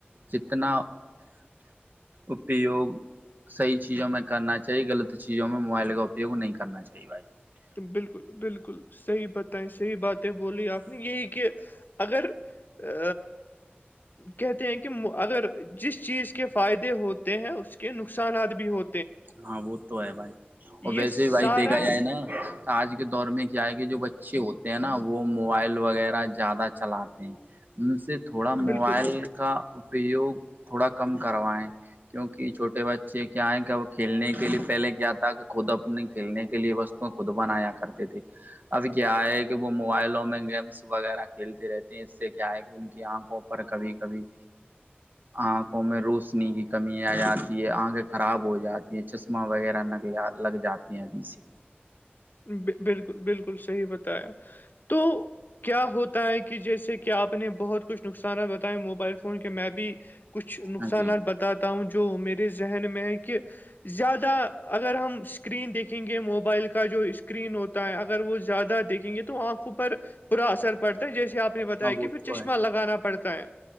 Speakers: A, on the right (about 50°); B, on the left (about 50°).
A: جتنا اپیوگ صحی چیزوں میں کرنا چاہی غلط چیزوں میں موبائل کا اپیوگ نہیں کرنا چاہیے بھائی
B: بالکل بالکل صحیح بتائیں صحیح باتیں بولی آپ نے یہی کہ اگر ا کہتے ہیں کہ اگر جس چیز کے فائدے ہوتے ہیں اس کے نقصانات بھی ہو
A: ہاں وہ تو ہے بھائی اور
B: یہ
A: ویسے
B: سارا
A: بھی بھائی دیکھا جائے نا آج کے دور میں کیا ہے کہ جو بچے ہوتے ہیں نا وہ موبائل وغیرہ زیادہ چلاتے ہیں ان سے تھوڑا
B: بالکل
A: موبائل کا اپیوگ تھوڑا کم کروائیں کیونک چھوٹے بچے کیائ کب <unintelligible> کھیلنے کے لیے پہلے کیا تھا کہ خود اپنے کھیلنے کے لیے وو خود بنایا کرتی تھے ابھی کیا ہے کہ وہ موبائلوں میں گیمس وغیرہ کھیلتے رہتے ہیں اس سے کیا ہے کہ ان کی آنکھوں پر کبھی کبھی آنکھوں میں روشنی کی کمی آ جاتی ہے آنکھیں خراب ہو جاتی یہ چشمہ وغیرہ نگ لگ جاتے ہیں ابھی سے
B: بالکل بالکل صحیح بتایا تو کیا ہوتا ہے کہ جیسے کہ آپ نے بہت کچھ نقصانات بتائے موبائل فون کے میں بھی کچھ نقصانات
A: ہاں جی
B: بتاتا ہوں جو میرے ذہن میں ہے کہ زیادہ اگر ہم اسکرین دیکھیں گے موبائل کا جو اس اسکرین ہوتا ہے اگر وہ زیادہ دیکھیں گے تو آنکھوں پر برا اثر پڑتا ہے جیسے آپ نے بتایا
A: ہاں وہ
B: کہ پھر
A: تو
B: چشمہ
A: ہے
B: لگانا پڑتا ہے